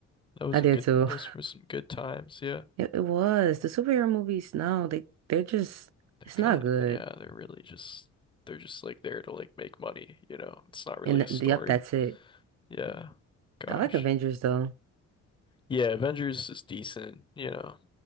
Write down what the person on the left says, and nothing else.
That was
a good,
those
were some good times. Yeah.
They're
kind
of, yeah, they're really just, they're just like there to like make money, you know? It's not really
a story.
Yeah. Gosh.
Yeah. Avengers is decent, you know?